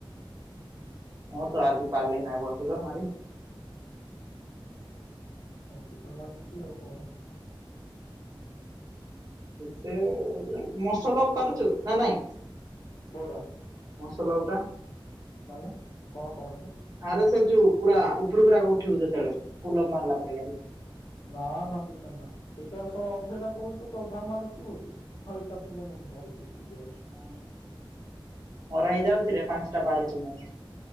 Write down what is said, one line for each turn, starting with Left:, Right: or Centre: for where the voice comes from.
Right: ମୁଁ ତ ଆଜି ପାରିଲି ନାଇ ବ ଠିକ ମାରି
Left: ସେମିତି ତ ଲାଗୁଛି ଆଉ କଣ
Right: ସେ ମସଲ ପାରୁଛୁ ନା ନାଇଁ?
Left: କୋଉଟା
Right: ମସଲ ଗୋଟା
Left: ମାନେ କଣ କଣ କି
Right: ଆରେ ସେ ଯୋଉ ପୁରା ପକୁୁରା ଗକୁଠେଉଦ ତଳ ପୁଲ ମାରିଲ ପରେ
Left: ନା ନା ସେଇଟା ନା ସେଇଟା ସୁ ଅଧଟା କହୁଛ ତ ଅଧା ମାରୁଛି ବୋଲି ଆଉ ଏଇଟା ପୁରା କେି ମାରିବି ଉଠିକି ଆହୁରି
Right: ହ ମୋର ହେଇଯାଉଛିରେ ପାଞ୍ଚଟା ପାରୁ ଯେମଁ